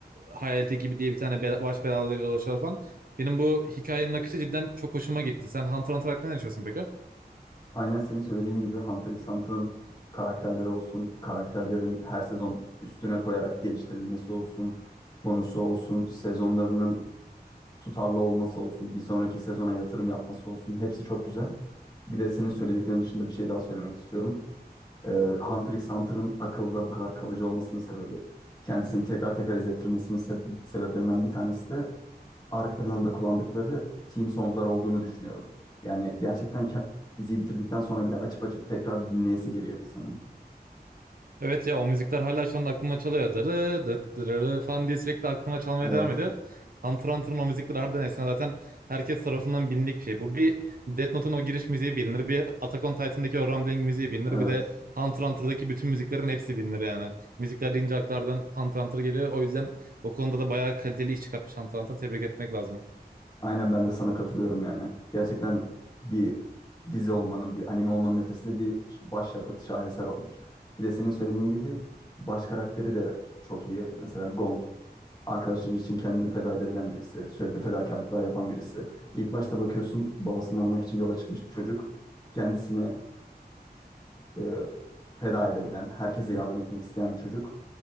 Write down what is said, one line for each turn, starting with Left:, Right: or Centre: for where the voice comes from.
Right: Hayalet ekibi diye bir tane baş belalarıyla dolaşıyorlar falan. Benim bu hikayenin akışı cidden çok hoşuma gitti. Sen Hunter x Hunter hakkında ne düşünüyorsun peki?
Left: Aynen senin söylediğin gibi Hunter x Hunter'ın karakterleri olsun, karakterlerin her sezon üstüne koyarak geliştirilmesi olsun, konusu olsun, sezonlarının tutarlı olması olsun, bir sonraki sezona yatırım yapması olsun. Hepsi çok güzel. Bir de senin söylediklerin dışında bir şey daha söylemek istiyorum. Ee, Hunter x Hunter'ın akılda bu kadar kalıcı olmasının sebebi, kendisini tekrar tekrar izlettirmesinin se- sebeplerinden bir tanesi de arka planda kullandıkları theme songlar olduğunu düşünüyorum. Yani gerçekten ke- diziyi bitirdikten sonra bile açıp açıp tekrar dinleyesi geliyor insanın.
Right: Evet ya o müzikler hala şu anda aklıma çalıyor. Dırı dıt dırırı falan diye sürekli aklıma çalmaya
Left: Evet,
Right: devam ediyor. Hunter Hunter'ın o müzikleri harbiden efsane. Zaten herkes tarafından bilindik bir şey. Bu bir Death Note'un o giriş müziği bilinir. Bir Attack on Titan'daki o Rumbling müziği bilinir.
Left: evet.
Right: Bir de Hunter Hunter'daki bütün müziklerin hepsi bilinir yani. Müzikler deyince aklardan Hunter Hunter geliyor. O yüzden o konuda da bayağı kaliteli iş çıkartmış Hunter Hunter. Tebrik etmek lazım.
Left: Aynen ben de sana katılıyorum yani. Gerçekten bir dizi olmanın, bir anime olmanın ötesinde bir başyapıt, şaheser olmuş. Bir de senin söylediğin gibi baş karakteri de çok iyi. Mesela Gon, arkadaşları için kendini feda edebilen birisi, sürekli fedakarlıklar yapan birisi. İlk başta bakıyorsun babasını aramak için yola çıkmış bir çocuk. Kendisini e, feda edebilen, herkese yardım etmek isteyen bir çocuk